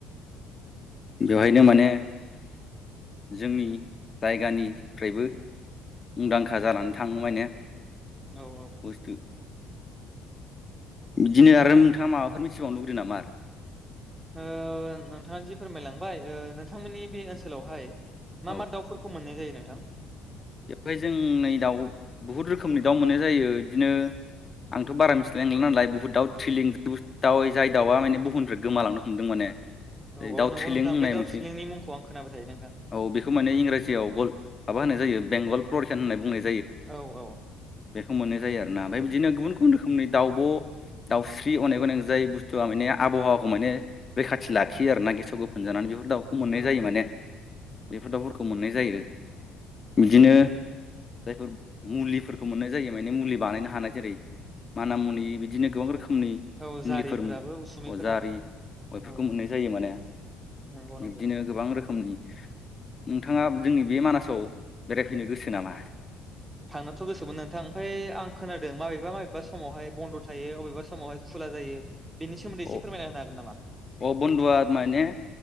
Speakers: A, on the left; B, on the right.
A: बेवहायनो माने जोंनि जायगानिफ्रायबो मुंदांखा जानानै थांङो माने
B: औ औ
A: बुस्थु बिदिनो आरो नोंथांङा माबाफोर मिथिबावनो लुगैदों नामा आरो
B: नोंथांङा जि फोरमायलांबाय नोंथांमोननि बे ओनसोलावहाय मा
A: औ
B: मा दाउफोरखौ मोननाय जायो? नोंथां
A: बेवहाय जों नै दाउ बुहुद रोखोमनि दाउ मोननाय जायो बिदिनो आंथ' बारा मिथिलायलांला नालाय बुहुद दाउ थिलिं दाउ जाय दाउआ माने बुहुमनिफ्राय गोमालांनो हमदों माने ।
B: औ औ
A: दाउथ्रिलिं
B: नंगौ नोंथां
A: होननाय
B: बे दाउ
A: मोनसे
B: थुलेंनि मुंखौ आं खोनाबाय थायो नोंथां
A: औ बेखौ माने इंराजियाव गल माबा होनाय जायो । बेंगल प्ररिखान होननाय बुंनाय
B: औ औ
A: बेखौ मोननाय जायो आरोना ओमफ्राय बिदिनो गुबुन गुबुन रोखोमनि दाब' दाउस्रि अनेक अनेक जाय बुस्थुआ माने आबहावाखौ माने रैखाथि लाखियो आरोना गेसाव गोफोन जानानै बे दाउखौ मोननाय
B: औ
A: जायो माने बेफोर दाउफोरखौ मोननाय जायो। बिदिनो जायफोर मुलिफोरखौ मोननाय जायो माने मुलि बानायनो हानाय जेरै माना मुनि बिदिनो गोबां रोखोम रोखोमनि
B: औ जारिफोराबो
A: मुलिफोर
B: उसुमैफोरा
A: अजा आरि बेफोरखौ
B: औ
A: मोननाय जायो माने
B: नंगौ
A: बिब्दिनो
B: नंगौ
A: गोबां रोखोम रोखोमनि नोंथाङा जोंनि बे मानासाव बेरायफैनो गोसो नामा?
B: थांनोथ' गोसोमोन नोंथां ओमफ्राय आं खोनादों माबेबा माबेबा समावहाय बन्द' थायो बबेबा समावहाय खुला जायो। बे सोमोन्दै
A: अ
B: एसे फोरमाय होनो हागोन नामा?
A: अ बन्द'आ माने